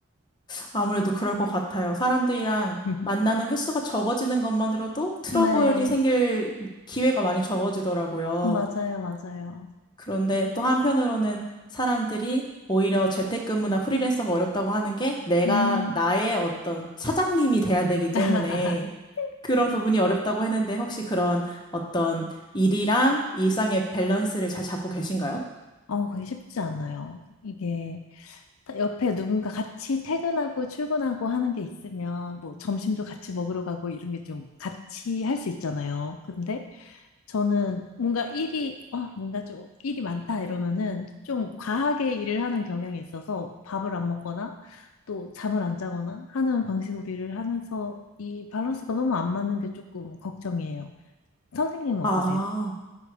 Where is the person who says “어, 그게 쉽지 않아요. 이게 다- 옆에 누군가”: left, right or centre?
Left